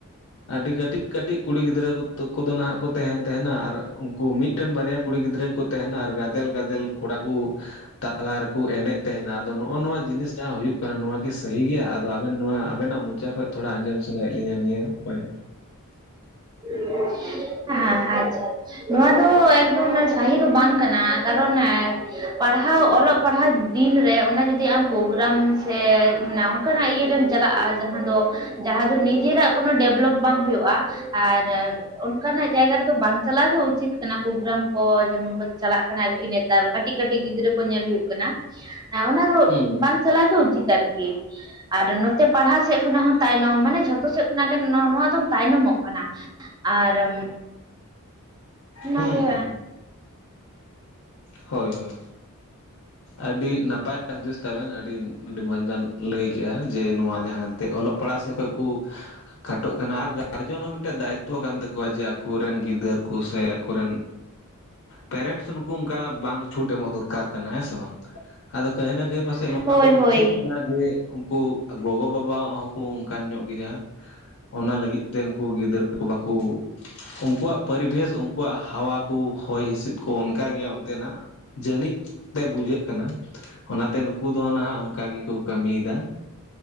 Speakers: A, on the left; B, on the right.
A: ᱟᱹᱰᱤ ᱠᱟᱹᱴᱤᱡ ᱠᱟᱹᱴᱤᱡ ᱠᱩᱲᱤ ᱜᱤᱫᱽᱨᱟᱹ ᱠᱚᱫᱚ ᱱᱟᱦᱟᱜ ᱠᱚ ᱛᱟᱦᱮᱱ ᱛᱟᱦᱮᱱᱟ ᱟᱨ ᱩᱱᱠᱩ ᱢᱤᱫᱴᱮᱱ ᱵᱟᱨᱭᱟ ᱠᱩᱲᱤ ᱜᱤᱫᱽᱨᱟᱹ ᱠᱚ ᱛᱟᱦᱮᱱᱟ ᱟᱨ ᱜᱟᱫᱮᱞ ᱜᱟᱫᱮᱞ ᱠᱚᱲᱟ ᱠᱚ ᱛᱟᱞᱟ ᱨᱮᱠᱚ ᱮᱱᱮᱡ ᱛᱟᱦᱮᱱᱟ ᱟᱫᱚ ᱱᱚᱜᱼᱚ ᱱᱚᱣᱟ ᱡᱤᱱᱤᱥ ᱡᱟᱦᱟᱸ ᱦᱩᱭᱩᱜ ᱠᱟᱱᱟ ᱱᱚᱶᱟᱣᱟᱜᱤ ᱥᱟᱹᱦᱤ ᱜᱮᱭᱟ ᱟ ᱟᱵᱮᱱ ᱱᱚᱣᱟ ᱟᱵᱮᱱᱟᱜ ᱢᱚᱪᱟ ᱠᱷᱚᱱ ᱛᱷᱚᱲᱟ ᱟᱸᱡᱚᱢ ᱥᱟᱱᱟᱭᱮᱫ ᱞᱤᱧᱟ ᱱᱤᱭᱟᱹ ᱯᱚᱭᱮᱱᱴ
B: <unintelligible> ᱦ ᱦᱮᱸ ᱟᱪᱪᱷᱟ ᱱᱚᱣᱟ ᱫᱚ ᱮᱠᱫᱚᱢ ᱥᱟᱦᱤ ᱫᱚ ᱵᱟᱝ ᱠᱟᱱᱟ ᱠᱟᱨᱚᱱ ᱯᱟᱲᱦᱟᱣ ᱚᱞᱚᱜ ᱯᱟᱲᱦᱟᱣ ᱫᱤᱱ ᱨᱮ ᱚᱱᱟ ᱡᱩᱫᱤ ᱟᱢ ᱯᱨᱳᱜᱨᱟᱢ ᱥᱮ ᱚᱱᱠᱟᱱᱟᱜ ᱤᱭᱟᱹᱨᱮᱢ ᱪᱟᱞᱟᱜ ᱡᱟᱦᱟᱸ ᱫᱚ ᱡᱟᱦᱟᱸ ᱫᱚ ᱱᱤᱡᱮᱨᱟᱜ ᱠᱳᱱᱳ ᱰᱮᱵᱷᱞᱚᱯ ᱵᱟᱝ ᱦᱩᱭᱩᱜᱼᱟ ᱟᱨ ᱚᱱᱠᱟᱱᱟᱜ ᱡᱟᱭᱜᱟ ᱨᱮᱫᱚ ᱵᱟᱝ ᱪᱟᱞᱟᱣ ᱫᱚ ᱩᱪᱤᱛ ᱠᱟᱱᱟ ᱯᱨᱳᱜᱨᱟᱢ ᱠᱚ ᱡᱮᱢᱚᱱ ᱠᱚ ᱪᱟᱞᱟᱜ ᱠᱟᱱᱟ ᱟᱨᱠᱤ ᱱᱤ ᱱᱮᱛ ᱠᱟᱹᱴᱤᱡ ᱠᱟᱹᱴᱤᱡ ᱜᱤᱫᱽᱨᱟᱹ ᱠᱚ ᱧᱮᱞ ᱦᱩᱭᱩᱜ ᱠᱟᱱᱟ ᱚᱱᱟ ᱫᱚ
A: ᱦᱩᱸ
B: ᱵᱟᱝ ᱪᱟᱞᱟᱣ ᱜᱮ ᱩᱪᱤᱛ ᱟᱨᱠᱤ ᱟᱨ ᱱᱚᱛᱮ ᱯᱟᱲᱦᱟᱣ ᱥᱮᱫ ᱠᱷᱚᱱᱟᱜ ᱦᱚᱸ ᱛᱟᱭᱱᱚᱢ ᱢᱟᱱᱮ ᱡᱷᱚᱛᱚ ᱥᱮᱫ ᱠᱷᱚᱱᱟᱜ ᱜᱮ ᱱᱚᱣᱟ ᱫᱚᱢ ᱛᱟᱭᱱᱚᱢ ᱟᱨ ᱚᱱᱟ
A: ᱦᱩᱸ
B: ᱜᱮ
A: ᱦᱩᱸ ᱦᱳᱭ ᱦᱳᱭ ᱟᱹᱰᱤ ᱱᱟᱯᱟᱭ ᱦᱩᱫᱤᱥ ᱛᱟᱵᱮᱱ ᱟᱹᱰᱤ ᱟᱹᱰᱤ ᱢᱚᱡᱽ ᱵᱮᱱ ᱞᱟᱹᱭ ᱠᱮᱜ-ᱟ ᱡᱮ ᱱᱚᱣᱟ ᱡᱟᱦᱟᱸ ᱚᱞᱚᱜ ᱯᱟᱲᱦᱟᱜ ᱥᱮᱫ ᱠᱷᱚᱱ ᱠᱩ ᱠᱷᱟᱴᱚᱜ ᱠᱟᱱᱟ ᱟᱨ ᱜᱟ ᱜᱟᱹᱨᱡᱚᱱ ᱦᱚᱸ ᱢᱤᱫᱴᱟᱝ ᱫᱟᱭᱤᱛ ᱛᱚ ᱠᱟᱱ ᱛᱟᱠᱚᱣᱟ ᱡᱮ ᱟᱠᱚ ᱨᱮᱱ ᱜᱤᱫᱽᱹᱨᱟ ᱠᱚ ᱥᱮ ᱟᱠᱚ ᱨᱮᱱ ᱯᱮᱨᱮᱱᱴᱥ ᱱᱩᱠᱩ ᱚᱱᱠᱟ ᱵᱟᱝ ᱪᱷᱩᱴ ᱮᱢᱚᱜ ᱫᱚᱨᱠᱟᱨ ᱠᱟᱱᱟ ᱦᱮᱸ ᱥᱮ ᱵᱟᱝ ᱟᱫᱚ ᱠᱟᱹᱦᱤ ᱱᱟ ᱜᱮ ᱯᱟᱥᱮᱫ ᱱᱚᱣᱟ
B: ᱦᱳᱭ
A: ᱨᱮᱫᱚ ᱵᱩᱡᱷᱟᱹᱜ
B: ᱦᱳᱭ
A: ᱠᱟᱱᱟ ᱡᱮ ᱩᱱᱠᱩ ᱜᱚᱜᱚ ᱵᱟᱵᱟ ᱦᱚᱸᱠᱚ ᱚᱱᱠᱟᱱ ᱧᱚᱜ ᱜᱮᱭᱟ ᱚᱱᱟ ᱞᱟᱹᱜᱤᱫ ᱛᱮ ᱩᱱᱠᱩ ᱜᱤᱫᱽᱨᱟᱹ ᱠᱚ ᱵᱟᱠᱚ ᱩᱱᱠᱩᱣᱟᱜ ᱯᱚᱨᱤᱵᱮᱥ ᱩᱱᱠᱩᱣᱟᱜ ᱦᱟᱣᱟ ᱠᱚ ᱦᱚᱭ ᱦᱤᱸᱥᱤᱫ ᱠᱚ ᱚᱱᱠᱟ ᱜᱮᱭᱟ ᱚᱱᱛᱮᱱᱟᱜ ᱡᱟᱹᱱᱤᱡ ᱛᱮ ᱵᱩᱡᱷᱟᱹᱜ ᱠᱟᱱᱟ ᱚᱱᱟ ᱛᱮ ᱱᱩᱠᱩ ᱫᱚ ᱱᱟᱦᱟᱜ ᱚᱱᱠᱟ ᱜᱮᱠᱚ ᱠᱟᱹᱢᱤᱭᱮᱫᱟ᱾